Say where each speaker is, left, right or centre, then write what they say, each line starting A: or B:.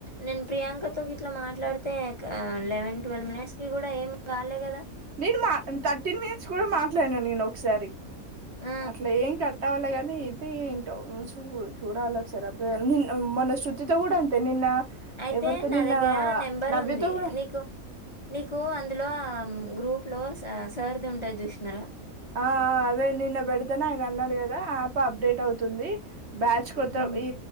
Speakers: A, on the left (about 25°); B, on the right (about 50°).
A: నేను ప్రియాంక తోకి ఇట్లా మాట్లాడితే ఆ లెవెన్ ట్వెల్ టెన్ మినిట్స్ కి కూడా ఏమి కాలే గదా
B: నేను మా థర్టీన్ మినిట్స్ కూడా మాట్లాడినా నేను ఒకసారి
A: ఆ!
B: అట్లా ఏం కట్టావ్వాలే గానీ ఇది ఏంటో చూ చూడాల ఒక సారి ఆ నిన్న మొన్న శృతితో కూడా అంతే నిన్న
A: అయితే
B: ఎవరితో
A: నా
B: నిన్న
A: దగ్గర నెంబర్
B: నవ్యతో
A: ఉంది
B: కూడా
A: నీకు నీకు అందులో హ్మ్ గ్రూప్ లో సార్ సార్ది ఉంటది చూసినారా
B: ఆ ఆ అదే నిన్న పెడతేనే ఆయన అన్నాడు కదా ఆప్ అప్డేట్ అవుతుంది అవుతుంది బ్యాచ్ కొత్త
A: హ్మ్.
B: ఈ